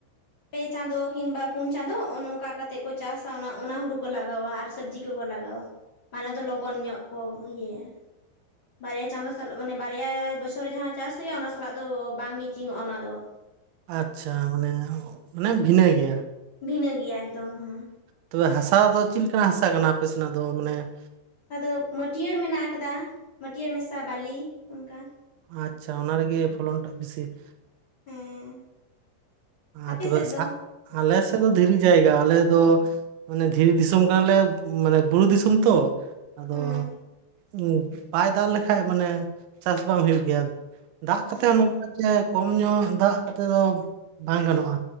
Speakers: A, on the left (about 30°); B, on the right (about 80°).
A: ᱯᱮ ᱪᱟᱸᱫᱳ ᱠᱤᱝᱵᱟ ᱯᱩᱱ ᱪᱟᱸᱫᱳ ᱚᱜ ᱱᱚᱝᱠᱟ ᱠᱟᱛᱮᱫ ᱠᱚ ᱪᱟᱥᱟ ᱚᱱᱟ ᱚᱱᱟ ᱦᱩᱲᱩ ᱠᱚ ᱞᱟᱜᱟᱣᱟ ᱟᱨ ᱥᱚᱵᱽᱡᱤ ᱴᱩ ᱠᱚ ᱞᱟᱜᱟᱣᱟ ᱢᱟᱱᱮ ᱫᱚ ᱞᱚᱜᱚᱱ ᱧᱚᱜ ᱠᱚ ᱤᱭᱟᱹᱭᱟ ᱾ ᱵᱟᱨᱭᱟ ᱪᱟᱸᱫᱳ ᱥᱟᱞᱟᱜ ᱢᱟᱱᱮ ᱵᱟᱨᱭᱟ ᱵᱚᱪᱷᱚᱨ ᱨᱮ ᱡᱟᱦᱟᱸ ᱪᱟᱥ ᱦᱩᱭᱩᱜᱼᱟ ᱚᱱᱟ ᱥᱟᱞᱟᱜ ᱫᱚ ᱵᱟᱝ ᱢᱮᱪᱤᱝ ᱚᱜᱼᱟ ᱚᱱᱟ ᱫᱚ ᱾
B: ᱟᱪᱪᱷᱟ ᱢᱟᱱᱮ ᱢᱟᱱᱮ ᱵᱷᱤᱱᱟᱹ ᱜᱮᱭᱟ ᱾
A: ᱵᱷᱤᱱᱟᱹ ᱜᱮᱭᱟ ᱮᱠᱫᱚᱢ ᱦᱚᱸ ᱾
B: ᱛᱚᱵᱮ ᱦᱟᱥᱟ ᱫᱚ ᱪᱤᱞ ᱠᱟᱱᱟ ᱦᱟᱥᱟ ᱠᱟᱱᱟ ᱟᱯᱮ ᱥᱮᱱᱟᱜ ᱫᱚ ᱢᱟᱱᱮ ᱾
A: ᱟᱫᱚ ᱢᱟᱹᱴᱭᱟᱹᱲ ᱢᱮᱱᱟᱜ ᱟᱠᱟᱫᱟ ᱢᱟᱹᱴᱭᱟᱹᱲ ᱢᱮᱥᱟ ᱵᱟᱞᱤ ᱚᱱᱠᱟ ᱾
B: ᱟᱪᱪᱷᱟ ᱚᱱᱟ ᱨᱮᱜᱮ ᱯᱷᱚᱞᱚᱱᱴᱟᱜ ᱵᱮᱥᱤ ᱾
A: ᱦᱮᱸ
B: ᱟᱸ
A: ᱟᱯᱮ
B: ᱛᱚᱵᱮ
A: ᱥᱮᱫ ᱫᱚ
B: ᱥᱟᱜ ᱟᱞᱮ ᱥᱮᱫ ᱫᱚ ᱫᱷᱤᱨᱤ ᱡᱟᱭᱜᱟ ᱟᱞᱮ ᱫᱚ ᱾ ᱢᱟᱱᱮ ᱫᱷᱤᱨᱤ ᱫᱤᱥᱚᱢ ᱠᱟᱱᱟᱞᱮ ᱢᱟᱱᱮ ᱵᱩᱨᱩ ᱫᱤᱥᱚᱢ ᱛᱚ ᱾ ᱟᱫᱚ
A: ᱦᱩᱸ
B: ᱩᱸᱵ ᱵᱟᱭ ᱫᱟᱜ ᱞᱮᱠᱷᱟᱡ ᱢᱟᱱᱮ ᱪᱟᱥ ᱵᱟᱝ ᱦᱩᱭᱩᱜ ᱜᱮᱭᱟ ᱾ ᱫᱟᱜ ᱠᱟᱛᱮᱫ
A: ᱟᱪᱪᱷᱟ ᱦᱮᱸ
B: <unintelligible> ᱠᱚᱢ ᱧᱚᱜ ᱫᱟᱜ ᱠᱟᱛᱮ ᱫᱚ ᱾ ᱵᱟᱝ ᱜᱟᱱᱚᱜᱼᱟ